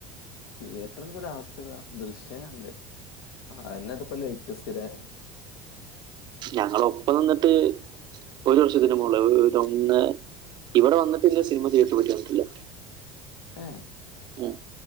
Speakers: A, on the left (about 85°); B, on the right (about 40°).
A: തിയേറ്ററിന് ലാസ്റ്റ്താ ദൃശ്യം കണ്ട് ആഹ് എന്നിട്ട് ഇപ്പം ലെസ്റ്റിസ്ലെ
B: ഞങ്ങള് ഒപ്പം നിന്നിട്ട് ഒരു വർഷത്തിന് മോളിൽ ഒര് ഒന്ന ഇവിടെ വന്നിട്ട് ഇല്ല സിനിമ തിയേറ്റർ പോയി കണ്ടിട്ടില്ല.
A: ആഹ്
B: ഉം.